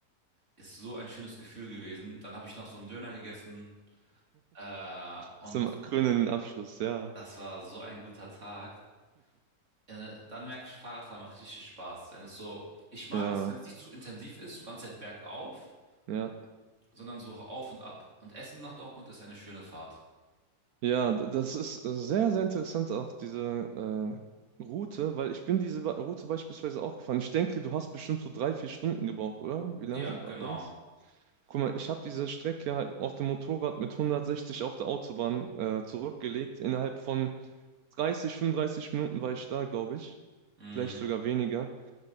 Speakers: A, on the right (about 50°); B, on the right (about 75°).
A: ist so ein schönes Gefühl gewesen. Dann habe ich noch so einen Döner gegessen. Äh, und
B: Zum krönenden Abschluss, ja.
A: das war so ein guter Tag. Äh, dann merke ich, Fahrradfahren macht richtig Spaß. Wenn es so, ich mag
B: Ja.
A: es, wenn es nicht zu intensiv ist, so ganze Zeit bergauf,
B: Ja.
A: sondern so auf und ab. Und Essen nach Dortmund ist eine schöne Fahrt.
B: Ja, d- das ist sehr, sehr interessant, auch diese äh, Route, weil ich bin diese Ba- Route beispielsweise auch gefahren. Ich denke, du hast bestimmt so drei, vier Stunden gebraucht, oder? Wie lange
A: Ja, genau.
B: wa- war das? Guck mal, ich habe diese Strecke halt auf dem Motorrad mit 160 auf der Autobahn äh, zurückgelegt. Innerhalb von 30, 35 Minuten war ich da, glaube ich.
A: Mhm.
B: Vielleicht sogar weniger.